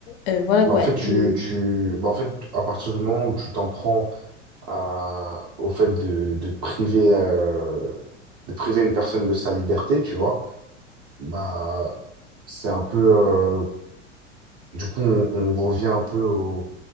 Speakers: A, on the left; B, on the right.
A: euh, voilà quoi,
B: Mais en fait,
A: elle-
B: tu, tu... bah, en fait, à partir du moment où tu t'en prends à... au fait de, de priver, euh, de priver une personne de sa liberté, tu vois, bah, c'est un peu, euh, du coup, on, on revient un peu au,